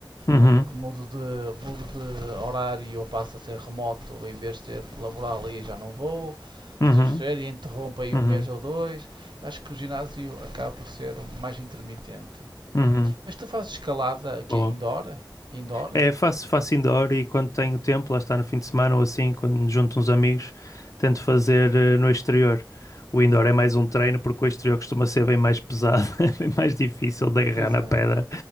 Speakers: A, on the left; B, on the right.
A: Uhum.
B: ou porque mudo de, mudo de horário ou passo a ser remoto em vez de ser laboral e já não vou. Estás
A: Uhum.
B: a perceber? E interrompe aí
A: Uhum.
B: um mês ou dois. Acho que o ginásio acaba por ser um mais intermitente.
A: Uhum.
B: Mas tu fazes escalada aqui
A: Boa.
B: indoor? Indoor?
A: É, faço, faço indoor e quando tenho tempo, lá está no fim de semana ou assim, quando me junto uns amigos, tento fazer eh, no exterior. O indoor é mais um treino porque o exterior costuma ser bem mais pesado, <laughs> é bem mais difícil de agarrar
B: Pois
A: na
B: é.
A: pedra